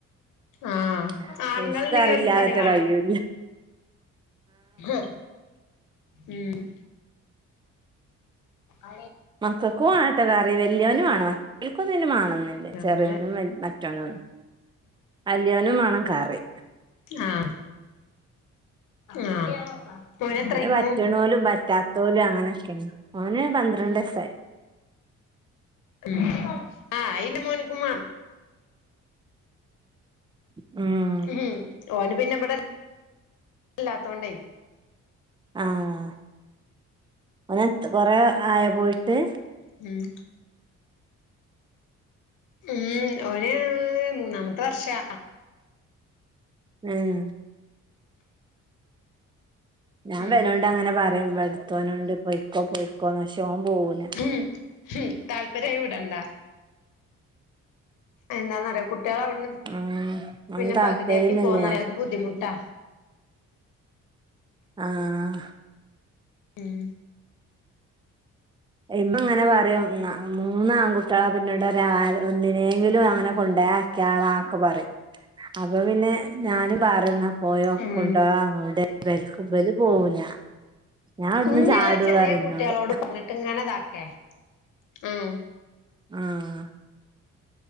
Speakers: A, on the left (about 90°); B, on the right (about 15°).
A: ആഹ്
B: <unintelligible>
A: ആണുങ്ങൾ ഉണ്ടെങ്കി
B: കറില്ലാത്ത
A: ഓൽക്ക് കറി
B: കഴിയൂല്ല
A: ആഹ് ഉം ആയി
B: മക്കക്കും വേണട്ടാ കറി വല്യവനും വേണവേ ഓൽക്കൊന്നും പിന്ന വാണംന്നില്ല ചെറിയോനും
A: അങ്ങനെ
B: വൽ മറ്റോനും വല്യോനും വേണം കറി
A: ആഹ് ആഹ് മോന് എത്രയിക്ക്ണു
B: പിന്നെ പറ്റണോലും പറ്റാത്തോലും അങ്ങനെക്കേണ് ഓന് പന്ത്രണ്ട് വയസ്സായി
A: ഉം ആഹ് ഇന്റെ മോനിക്കും മ
B: മ്ഹ്
A: ഉം ഓന് പിന്നെ ഇവിടെ ഇല്ലാത്തോണ്ടേ
B: ആഹ് ഓന് എത് കൊറേ ആയാ പോയിട്ട്
A: ഉം ഉം ഓന് മൂന്നാമത്തെ വർഷാ
B: ഉം ഞാൻ
A: ഉം
B: ഇവനോട് അങ്ങനെ പറയും ഇവടത്തോനോട് പോയ്ക്കോ പോയ്ക്കോ എന്ന് പക്ഷെ ഓൻ പോവൂല
A: മ്ഹ് ഹ് മ് താൽപര്യായി വിടണ്ട എന്താന്നറിയോ കുട്ട്യൾ അവിടുന്ന്
B: ഉം ഓന്
A: പിന്നെ
B: താല്പര്യന്നുല്ല
A: പകുതിയാക്കി പോന്നറയാം
B: ഞാൻ
A: അത് ബുദ്ധിമുട്ടാ
B: ആഹ്
A: ഉം
B: ഇമ്മ ഇങ്ങനെ പറയും ന മൂന്ന് ആൺകുട്ടികളാ പിന്നീട് ഒരാള് ഒന്നിനേങ്കിലും അങ്ങനെ കൊണ്ടോയ് ആ കേളാക്ക് പറയും അപ്പൊ പിന്നെ ഞാനും പറയും എന്നാ പോയോക്കുണ്ടേ
A: ഉം
B: <unintelligible> ഇവല് പോവൂല ഞാൻ ഇവിടുന്ന്
A: ഇന്നിയുള്ള
B: ചാടും
A: ചെറിയ
B: പറയും
A: കുട്ടികളോട്
B: ഇന്നോട്
A: പറഞ്ഞിട്ട് ഇങ്ങനെ ഇതാക്കെ ഉം
B: ആഹ്